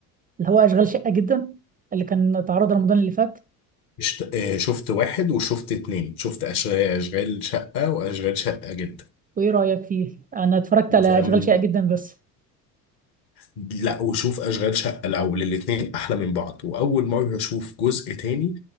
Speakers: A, on the right; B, on the left.
A: اللي هو اشغال شقه جدا اللي كان اتعرض رمضان اللي فات
B: شت- آه، شفت واحد وشفت اتنين شفت أشغال أشغال شقة وأشغال شقة جدا
A: وايه رايك فيه انا اتفرجت على
B: ده
A: اشغال
B: من
A: شقه جدا بس
B: لا وشوف اشغال شقه الاول الاتنين احلى من بعض واول مره اشوف جزء تاني